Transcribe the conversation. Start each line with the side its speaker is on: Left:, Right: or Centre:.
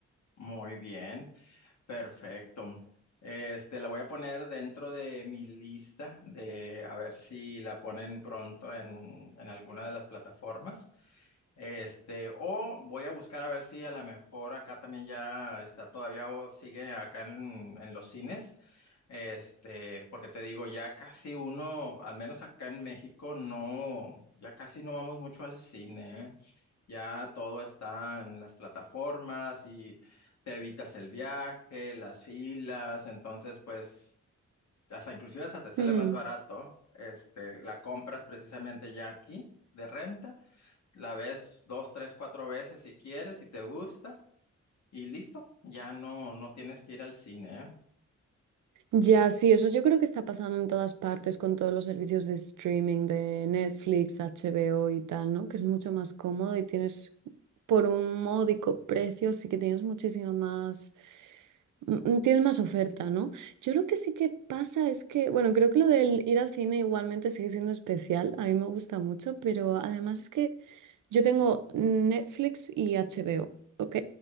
Left: muy bien, perfecto. Este, la voy a poner dentro de mi lista de a ver si la ponen pronto en, en alguna de las plataformas. Este, o voy a buscar a ver si a lo mejor acá también ya está todavía o sigue acá en, en los cines. Este, porque te digo, ya casi uno, al menos acá en México, no, ya casi no vamos mucho al cine. ¿eh? Ya todo está en las plataformas y te evitas el viaje, las filas, entonces pues hasta inclusive hasta te sale
Right: Mm,
Left: más barato. Este, la compras precisamente ya aquí de renta la ves dos, tres, cuatro veces si quieres, si te gusta, y listo, ya no, no tienes que ir al cine, ¿eh?
Right: Ya, sí, eso yo creo que está pasando en todas partes con todos los servicios de streaming de Netflix, HBO y tal, ¿no? Que es mucho más cómodo y tienes por un módico precio, sí que tienes muchísima más Mm, mm, Tienes más oferta, ¿no? Yo lo que sí que pasa es que, bueno, creo que lo del ir al cine igualmente sigue siendo especial, a mí me gusta mucho, pero además es que yo tengo Netflix y HBO, ¿ok?